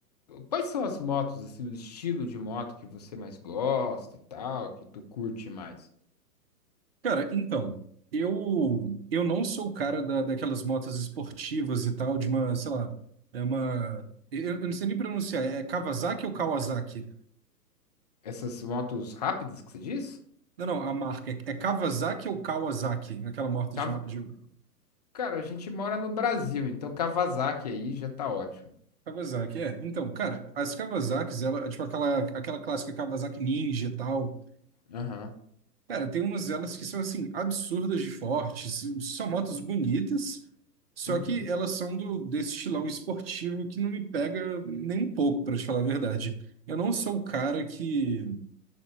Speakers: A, on the left (about 25°); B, on the right (about 35°).
A: quais são as motos, assim, o estilo de moto que você mais gosta e tal, que tu curte mais?
B: Cara, então, eu eu não sou o cara da, daquelas motos esportivas e tal, de uma, sei lá, é uma. Eu, eu não sei nem pronunciar, é Kawasaki ou Kawasaki?
A: Essas motos rápidas que você diz?
B: Não, não, a marca é, é Kawasaki ou Kawasaki? Aquela moto
A: Cav-
B: de, ma- de.
A: Cara, a gente mora no Brasil, então Kawasaki aí já tá ótimo.
B: Kawasaki, é. Então, cara, as Kawasakis, ela, tipo aquela, aquela clássica Kawasaki Ninja e tal.
A: Aham.
B: Cara, tem umas delas que são assim, absurdas de fortes, são motos bonitas, só
A: Uhum.
B: que elas são do desse estilão esportivo que não me pega nem um pouco, pra te falar a verdade. Eu não sou
A: É.
B: o cara que,